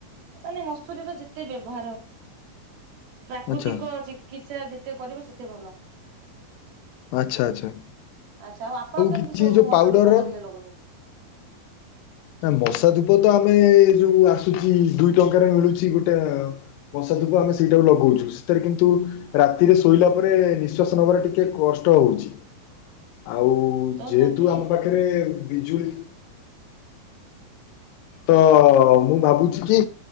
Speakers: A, on the right; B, on the left.
A: ମାନେ ମସୁରୀର ଯେତେ ବ୍ୟବହାର ପ୍ରାକୃତିକ
B: ଆଚ୍ଛା
A: ଜି କିସା ଯେତେ କରିବ ସେତେ ଭଲ।
B: ଆଛା ଆଚ୍ଛା।
A: ଆଚ୍ଛା। ଆଉ ଆପଣ କେମିତି
B: କିଛି
A: ସବୁ
B: ଯୋଉ
A: ମା
B: ପାଉଡର
A: ଧୂପ ଲାଗିଲେ ଲଗଉଛନ୍ତି?
B: ନା ବର୍ଷା ଧୂପ ତ ଆମେ ଯୋଉ ଆସୁଚି ଦୁଇ ଟଙ୍କାରେ ମିଳୁଛି ଗୋଟେ ଟେ ମଶା ଧୂପ ଆମେ ସେଇଟା ଲଗାଉଛୁ ସେଥିରେ କିନ୍ତୁ ରାତିରେ ଶୋଇଲା ପରେ ନିଶ୍ଵାସ ନବାର ଟିକେ କଷ୍ଟ ହଉଛି। ଆଉ
A: ତ
B: ଯେହେତୁ
A: ଯଦି
B: ଆମ ପାଖରେ ବିଜୁଳି ତ ମୁଁ ଭାବୁଛି କି